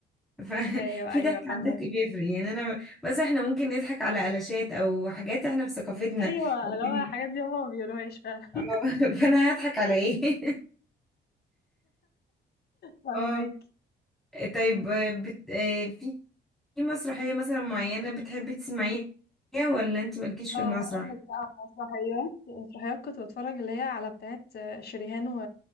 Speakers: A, in the centre; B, on the left.
A: ففي
B: ايوه ايوه
A: <laughs> ضحك
B: فاهمك
A: عن ضحك بيفرق يعني انا بس احنا ممكن نضحك على قلاشات او حاجات احنا في ثقافتنا
B: ايوه
A: لكن
B: اللي هو الحاجات دي هما ما بيقولوهاش فعلا
A: اه
B: <laughs>
A: <laughs> فانا هضحك على ايه <laughs>
B: فاهمك
A: اه طيب بت... آه، في في مسرحية مثلا معينة بتحبي تسمعيها ولا انت مالكيش في
B: اه
A: المسرح
B: هقول لك بقى على مسرحيات مسرحيات كنت بتفرج اللي هي على بتاعت شريهان و...